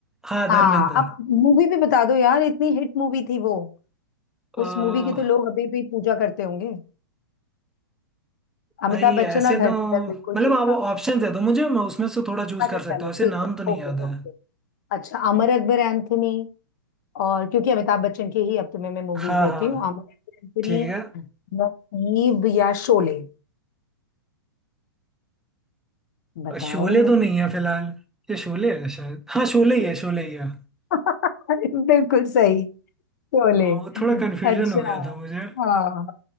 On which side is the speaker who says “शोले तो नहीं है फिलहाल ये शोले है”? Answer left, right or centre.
Centre